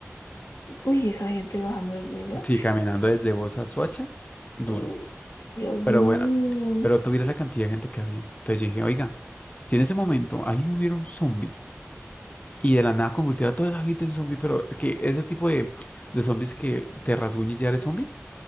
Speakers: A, on the left; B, on the left.
A: Uy, esa gente bajando desde allá.
B: Sí, caminando desde Bosa a Soacha, duro.
A: Uh, Dios
B: Pero
A: mío.
B: bueno, pero tú vieras la cantidad de gente que había. Entonces yo dije, oiga, si en ese momento ahí hubiera un zombie Y de la nada convertir a toda esa gente en zombie, pero que ese tipo de, de zombies que te rasguña y ya eres zombie,